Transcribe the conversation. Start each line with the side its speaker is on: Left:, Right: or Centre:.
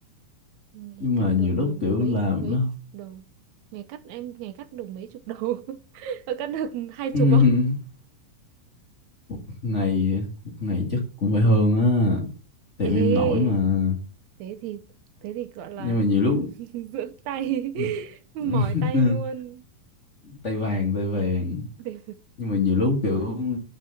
Right: ngày
Left: nhưng
Right: cắt
Left: mà nhiều
Right: được
Left: lúc kiểu
Right: mấy
Left: làm
Right: mấy
Left: đó
Right: chục đầu ngày cắt em ngày cắt được mấy chục đầu <laughs> Ờ, cắt được hai
Left: <laughs>
Right: chục không
Left: một ngày một ngày chắc cũng phải hơn á tiệm
Right: ê
Left: em nổi mà
Right: thế thì thế thì gọi là
Left: nhưng mà nhiều lúc
Right: cái, <laughs> dưỡng tay
Left: <laughs>
Right: <laughs> mỏi tay luôn
Left: tay vàng tay vàng
Right: để
Left: nhưng mà nhiều lúc kiểu